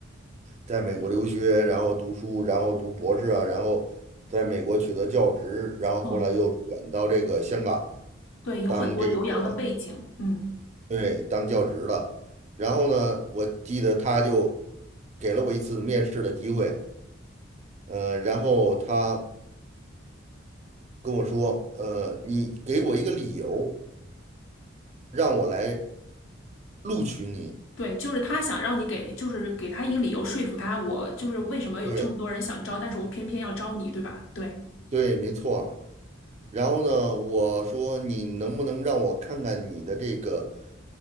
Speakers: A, on the right; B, on the left.
A: 在美国留学，然后读书，然后读博士啊，然后在美国取得教职，然后后来又转到这个香港
B: 哦，对，有很多留洋的背景，
A: 当这个
B: 嗯。
A: 对当教职的。然后呢，我记得她就给了我一次面试的机会，呃，然后她。跟我说，呃，你给我一个理由，让我来录取你。
B: 对，就是他想让你给，就是给他一个理由说服他，我就是为什么有这么多人想招，
A: 对
B: 但是我偏偏要招你，对吧？对，
A: 对，没错。然后呢，我说你能不能让我看看你的这个